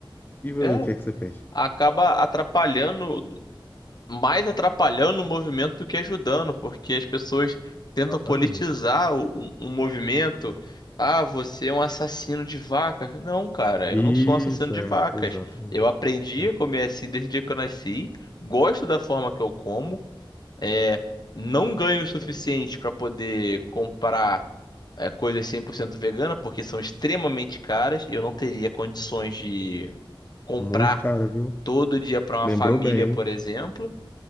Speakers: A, on the left; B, on the left.
A: E o
B: É,
A: que é que você pensa?
B: acaba atrapalhando mais atrapalhando o movimento do que ajudando, porque as pessoas tentam
A: Exatamente.
B: politizar o, o- o movimento. Ah, você é um assassino de vacas. Não, cara,
A: Isso,
B: eu não sou um assassino de
A: é,
B: vacas.
A: exatamente.
B: Eu aprendi
A: É.
B: a comer assim desde o dia que eu nasci. Gosto da forma que eu como. É, não ganho o suficiente para poder comprar é, coisas 100% vegana, porque são extremamente caras. Eu não teria condições de comprar
A: Muito cara, viu?
B: todo dia para uma
A: Lembrou
B: família,
A: bem,
B: por
A: hein?
B: exemplo.